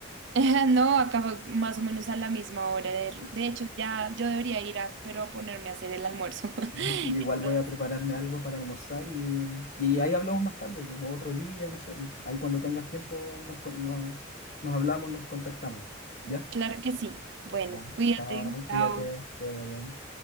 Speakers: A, on the right; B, on the left.
A: <laughs> No, acaba más o menos a la misma hora. De,
B: As-
A: de hecho, ya yo debería ir a, pero a ponerme a hacer el almuerzo. <laughs>
B: Sí, <laughs> sí, igual
A: Entonces,
B: voy a prepararme algo para almorzar y, y ahí hablamos más tarde, pues, otro día, no sé, pues, ahí cuando tengas tiempo nos, con- nos, nos hablamos, nos contactamos, ¿ya?
A: claro que sí. Bueno,
B: Ya,
A: cuídate.
B: chao, cuídate,
A: Chao.
B: te vaya bien.